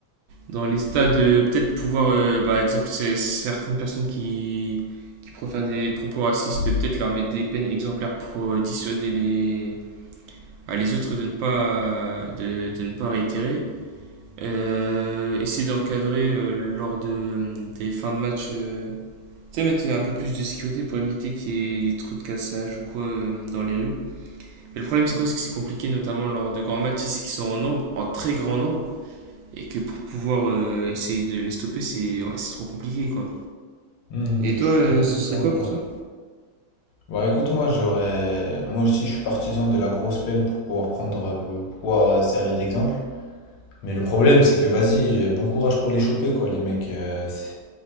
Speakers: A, on the right; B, on the left.
A: Dans les stades, euh, peut-être pouvoir, euh, par exemple, c'est- certaines personnes qui, qui préfèrent des propos racistes, peut-être leur mettre des peines exemplaires pour euh, dissuader les, bah, les autres de ne pas, de, de ne pas réitérer. Euh, essayer d'encadrer euh, lors de, des fins de match. euh, tu sais, mettre un peu plus de sécurité pour éviter qu'il y, ait- il y ait trop de cassage ou quoi euh, dans les rues. Mais le problème, c'est quoi? C'est que c'est compliqué, notamment lors de grands matchs, c'est qu'ils sont en nombre, en très grand nombre, et que pour pouvoir euh, essayer de les stopper, c'est ouais, c'est trop compliqué, quoi.
B: Mhm,
A: Et toi,
B: je suis
A: euh,
B: tout à fait
A: ce
B: d'accord
A: serait quoi
B: avec toi.
A: pour toi?
B: Bah écoute, moi j'aurais. Moi aussi, je suis partisan de la grosse peine pour pouvoir prendre, euh, pour pouvoir euh, servir d'exemple. Mais le problème, c'est que vas-y, euh, bon courage pour les choper, quoi, les mecs. euh, c'est-